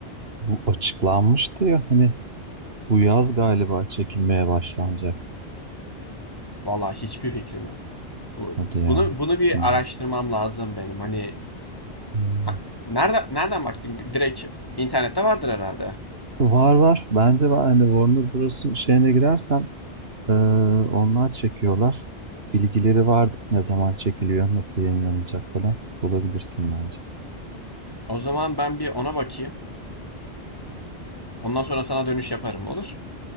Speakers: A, on the right; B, on the left.
A: Bu açıklanmıştı ya hani bu yaz galiba çekilmeye başlanacak.
B: Vallahi hiçbir fikrim yok. Bu,
A: Hadi ya.
B: bunu bunu bir
A: Hmm.
B: araştırmam lazım benim. Hani
A: Hmm.
B: ha, nereden nereden baktın? Direkt internette vardır herhalde.
A: Var var. Bence var. Hani Warner Bros'un şeyine girersen eee, onlar çekiyorlar. Bilgileri vardı. Ne zaman çekiliyor, nasıl yayınlanacak falan. Bulabilirsin bence.
B: O zaman ben bir ona bakayım. Ondan sonra sana dönüş yaparım olur?